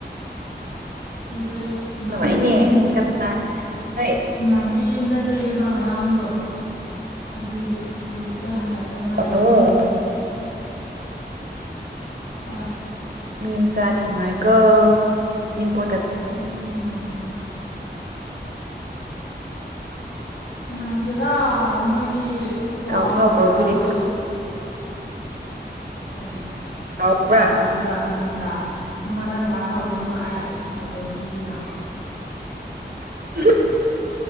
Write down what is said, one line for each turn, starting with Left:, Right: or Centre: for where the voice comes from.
Left: ꯑꯗꯨꯗ ꯏꯃꯥꯟꯅꯕꯤ
Right: ꯅꯨꯡꯉꯥꯏꯅꯦ
Left: ꯌꯨꯝꯗ
Right: ꯀꯅꯥ ꯍꯣꯏ
Left: ꯏꯃꯥꯟ ꯕꯤ ꯌꯨꯝꯗ ꯂꯦꯛꯑꯦꯕ ꯉꯔꯥꯡꯗꯣ ꯑꯗꯨꯒꯤ ꯍꯧꯖꯤꯛꯇ ꯍꯜꯂꯛꯇ ꯉꯥꯏꯔꯤꯌꯦ
Right: ꯑꯣ
Left: ꯋꯥꯏ
Right: ꯃꯤ ꯃꯆꯥꯗꯤ ꯅꯨꯡꯉꯥꯏꯀꯣ ꯍꯩꯖꯤꯡꯄꯣꯠꯀ
Left: ꯀꯥꯏꯗꯩ ꯅꯨꯡꯉꯥꯏꯕꯅꯣ ꯅꯨꯡꯉꯥꯏꯇꯦꯗ ꯅꯣꯏꯒꯤ ꯄ꯭ꯂꯥꯎ
Right: ꯀꯥꯎ ꯐꯥꯎ
Left: ꯀꯩꯀꯥꯗꯣ
Right: ꯀꯥꯎꯕꯤꯔꯦ
Left: ꯑꯦ
Right: ꯍꯥꯎꯕ꯭ꯔꯥ
Left: ꯀꯃꯥꯏ ꯀꯥꯎ ꯗꯣꯏꯕ ꯅꯉꯣꯟꯗ ꯅꯪꯉꯣꯟꯗ ꯀꯃꯥꯏ ꯀꯧꯗꯣꯏꯅꯣ ꯑꯩ ꯕꯥꯇꯣꯟ ꯄꯤꯗꯅ
Right: <unintelligible>